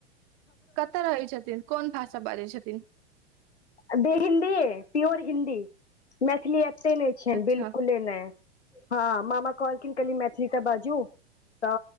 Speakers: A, on the right; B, on the left.
A: कता रहै छथिन? कोन भाषा बाजै छथिन?
B: अ बी हिन्दीे, प्योर हिन्दी मैथिली ऐब तै नै छैन
A: अच्छा
B: बिल्कुले नै। हां मामा कहलखिन कनि मैथिली त बाजू त